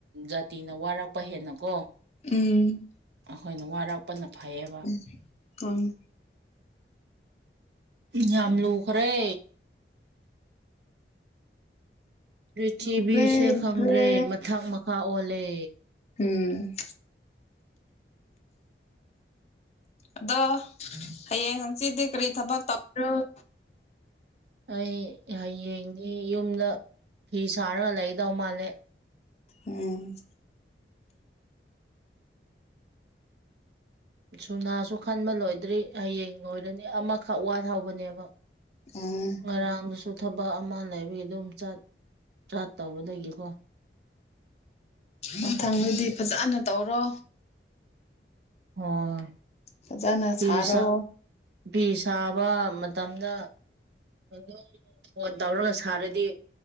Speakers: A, on the right; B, on the left.
A: ꯖꯥꯇꯤꯅ ꯋꯥꯔꯛꯄ ꯍꯦꯟꯅꯀꯣ
B: ꯎꯝ
A: ꯑꯩꯈꯣꯏꯅ ꯋꯥꯔꯛꯄꯅ ꯐꯩꯌꯦꯕ
B: <unintelligible>
A: ꯌꯥꯝ ꯂꯨꯈꯔꯦ ꯄ꯭ꯔꯤꯊꯤꯕꯤꯁꯦ
B: ꯂꯨꯈ꯭ꯔꯦ ꯂꯨꯈ꯭ꯔꯦ
A: ꯈꯪꯗ꯭ꯔꯦ ꯃꯊꯛ ꯃꯈꯥ ꯑꯣꯜꯂꯦ
B: ꯎꯝ ꯑꯗꯣ ꯍꯌꯦꯡ ꯍꯪꯆꯤꯠꯗꯤ ꯀꯔꯤ ꯊꯕꯛ ꯇꯧꯕꯔꫭ
A: ꯑꯩ ꯍꯌꯦꯡꯗꯤ ꯌꯨꯝꯗ ꯐꯤ ꯁꯥꯔꯒ ꯂꯩꯒꯗꯧ ꯃꯥꯜꯂꯦ
B: ꯎꯝ
A: ꯁꯨꯅꯥꯁꯨ ꯈꯟꯕ ꯂꯣꯏꯗ꯭ꯔꯤ ꯍꯌꯦꯡ ꯂꯣꯏꯔꯅꯤ ꯑꯃꯈꯛ ꯋꯥꯠꯍꯧꯕꯅꯦꯕ
B: ꯎꯝ
A: ꯉꯔꯥꯡꯗꯁꯨ ꯊꯕꯛ ꯑꯃ ꯂꯩꯕꯒꯤ ꯑꯗꯨꯝ ꯆꯠ ꯆꯥꯠꯇꯧꯕꯗꯒꯤꯀꯣ
B: ꯃꯊꯪꯗꯗꯤ ꯐꯖꯅ ꯇꯧꯔꯣ
A: ꯍꯣꯏ
B: ꯐꯖꯅ
A: ꯐꯤ
B: ꯁꯥꯔꯣ
A: ꯁ ꯐꯤ ꯁꯥꯕ ꯃꯇꯝꯗ ꯑꯗꯨꯝ ꯐꯣꯟ ꯇꯧꯔꯒ ꯁꯥꯔꯗꯤ